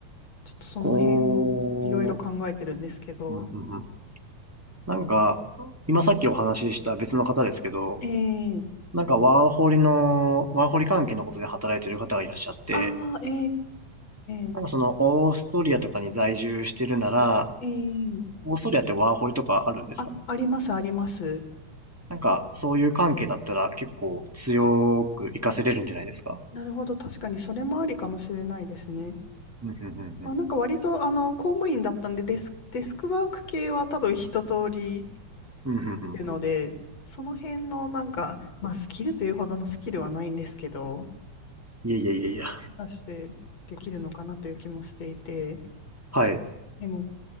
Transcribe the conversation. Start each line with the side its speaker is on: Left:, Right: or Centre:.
Left: ちょっとその辺をいろいろ考えてるんですけど、
Centre: こう、うんうんなんか、今さっきお話しした別の方ですけど、
Left: ええ
Centre: なんかワーホリの、ワーホリ関係のことで働いてる方がいらっしゃって、
Left: ああ、ええ
Centre: なんかそのオーストリアとかに在住してるなら、
Left: ええ
Centre: オーストリアってワーホリとかあるんですかね
Left: あ、あります、あります。
Centre: なんかそういう関係だったら結構強く活かせれるんじゃないですか
Left: あ、なるほど。確かにそれもありかもしれないですね。
Centre: うんうんうんうん。
Left: まあ、なんか割と、あの、公務員だったんで、デス、デスクワーク系は多分一通り
Centre: うんうんうんうん。
Left: ていうので、その辺のなんか、まあ、スキルというほどのスキルはないんですけど、
Centre: いやいやいやいや。
Left: 出してできるのかなという気もしていて、
Centre: はい。
Left: でも、